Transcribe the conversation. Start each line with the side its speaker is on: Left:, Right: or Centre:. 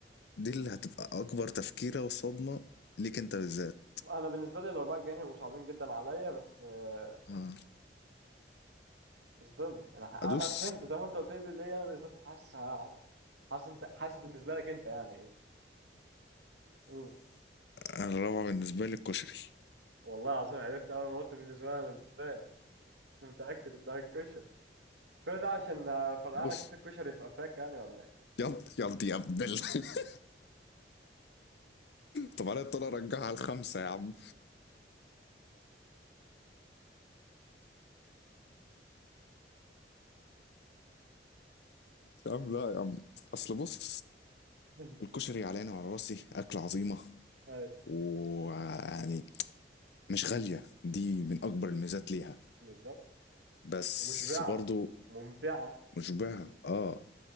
Left: دي اللي هتبقى اكبر تفكيرة وصدمة ليك انت بالذات
Right: انا بالنسبه لي الاربعه الجايين هيبقوا صعبين جدا عليا بس آه،
Left: آه.
Right: مش ضمني انا ح- انا
Left: ادوس
Right: فهمت طب انت قلت لي ليه انا بالذات حاسس هعرف حاسس انت حاسس بالنسبه لك انت يعني ايه قول
Left: الرابعة بالنسبة لي الكشري
Right: والله العظيم عرفت اول ما قلت بالنسبه لي انا بالذات كنت متاكد انها الكشري كل ده عشان آه، فرقعنا
Left: بص
Right: كيس الكشري في قفاك يعني ولا ايه
Left: يض يض يا ابدل <laughs> طب انا اضطر ارجعها على الخمسة يا عم يا عم لا يا عم اصل بص
Right: <laughs>
Left: الكشري علينا وعلى راسي اكلة عظيمة
Right: أيوة،
Left: ويعني مش غالية دي من اكبر الميزات ليها
Right: بالظبط
Left: بس
Right: مشبعه
Left: برضو
Right: ممتعه
Left: مشبعة اه